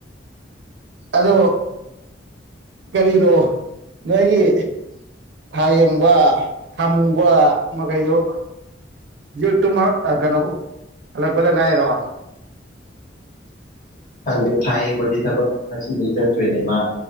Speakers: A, on the right; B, on the left.
A: ꯑꯗꯣ ꯀꯔꯤꯅꯣ ꯅꯣꯏꯒꯤ ꯊꯥꯌꯦꯡꯕ ꯊꯃꯨꯕ ꯃꯈꯩꯗꯣ ꯌꯨꯠꯇꯨꯃꯛ ꯀꯩꯅꯣ ꯍꯜꯂꯛꯄꯗ ꯉꯥꯏꯔꯣ
B: ꯈꯪꯗꯦ ꯊꯥꯏ ꯌꯦꯡꯕꯗꯤ ꯊꯕꯛ ꯉꯁꯤꯗꯒꯤ ꯆꯠꯇꯣꯏꯅꯦ ꯃꯥ